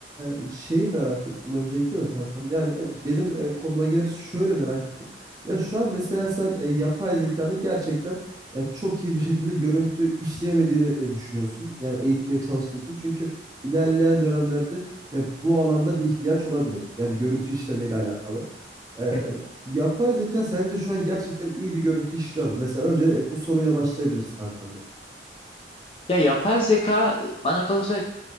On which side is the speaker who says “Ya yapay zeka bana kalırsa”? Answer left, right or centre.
Left